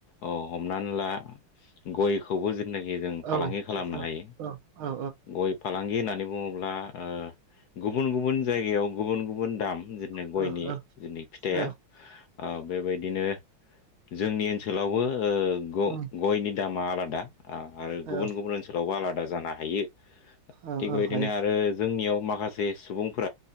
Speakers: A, on the left (about 65°); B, on the right (about 80°).
A: औ हमनानै ला गयखौबो जेनाखि जों
B: औ
A: फालांगि खालामनो हायो।
B: औ औ
A: गय फालांगि होननानै बुङोब्ला बा ओ गुबुन गुबुन जाय गुबुन गुबुन दाम जोंनि गयनि
B: औ
A: जोंनि फिथाइया
B: औ
A: आ बेबायदिनो जोंनि ओनसोलावबो ओ ग-गयनि
B: उम उम
A: दामा आलादा आ आरो
B: औ
A: गुबुन
B: औ
A: गुबुन ओनसोलावबो आलादा जानो हायो।
B: औ
A: थिग बेबायदिनो
B: औ हायो
A: आरो जोंनियाव माखासे सुबुं